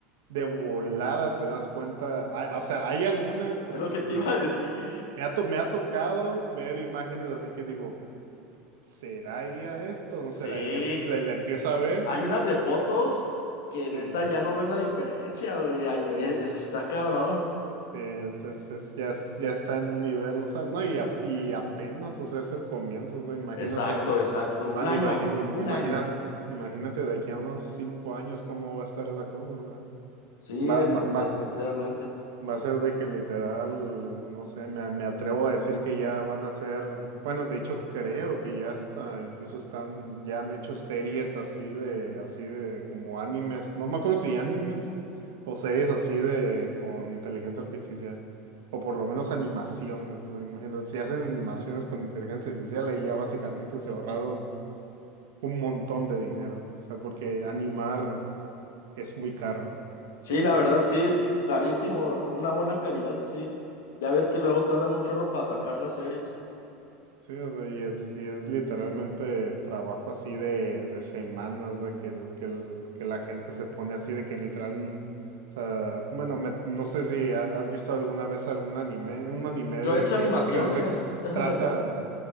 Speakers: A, on the right; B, on the left.
A: de volada te das cuenta, ah, o sea, hay algunas, porque
B: es lo
A: por
B: que
A: ejemplo,
B: te iba a decir.
A: me ha, to- me ha tocado ver imágenes así que digo, ¿será IA esto o no
B: Sí,
A: será IA? Entonces la, la empiezo a ver.
B: hay unas de fotos
A: y-
B: que neta
A: Sí,
B: ya no ves la diferencia, güey. ay,
A: Sí,
B: e- es- está cabrón.
A: sí, es, es, es- ya, es- ya está en un nivel, o sea, no, y, a- y apenas, o sea, es el comienzo, o sea, imagínate,
B: Exacto, exacto.
A: ima-
B: Un año,
A: imagi- im-
B: un
A: imagínate,
B: año.
A: imagínate de aquí a unos cinco años cómo va a estar esa cosa, o sea,
B: Sí,
A: va,
B: defi-
A: va, va.
B: definitivamente.
A: Va a ser de que literal, no sé, me, me atrevo a decir que ya van a ser, bueno, de hecho creo que ya hasta incluso están, ya han hecho series así de, así de como animes, no me acuerdo si animes o series así de con inteligencia artificial, o por lo menos animaciones, o sea, imagínate, si hacen animaciones con inteligencia artificial, ahí ya básicamente se ahorraron un montón de dinero, o sea, porque animar es muy caro,
B: Sí,
A: es,
B: la verdad,
A: es
B: sí, carísimo. Una buena calidad, sí. Ya ves que luego tardan un chorro para sacar las series.
A: Sí, o sea, y es, y es literalmente trabajo así de, de semana, o sea, que, el- que, el- que la gente se pone así de que literal, mm, o sea, bueno, me- no sé si ha- has visto alguna vez algún anime, un anime de
B: Yo he hecho
A: que
B: animaciones.
A: básicamente tr-
B: <laughs>
A: trata,